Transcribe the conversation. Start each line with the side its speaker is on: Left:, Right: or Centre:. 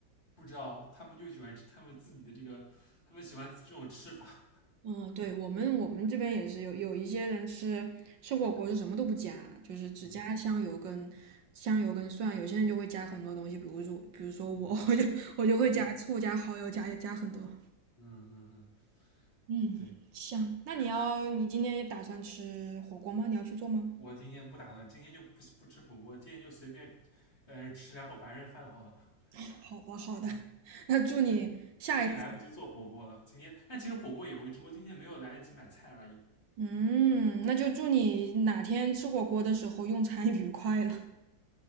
Left: 不知道他们就喜欢吃他们自己的这个，他们喜欢这种吃法。
Right: 嗯，对，我们我们这边也是有有一些人吃吃火锅是什么都不加，就是只加香油跟香油跟蒜。
Left: 嗯
Right: 有些人就会加很多东西，比如说比如说我
Left: 嗯
Right: <laughs> 我就我就会加醋、
Left: 嗯
Right: 加蚝油、加加很多。
Left: 嗯嗯嗯，
Right: 嗯，
Left: 对。
Right: 香。那你要你今天也打算吃火锅吗？你要去做吗？
Left: 我今天不打算，今天就不不吃火锅，今天就随便，呃，吃两口白人饭好了。
Right: <laughs> 好的好的，
Left: 嗯，
Right: <laughs> 那祝你。
Left: <laughs>
Right: 下一次。
Left: 今天来不及做火锅了，今天但其实火锅也容易，只不过今天没有来得及买菜而已。
Right: 嗯，那就祝你哪天吃火锅的时候用餐愉快了，<laughs>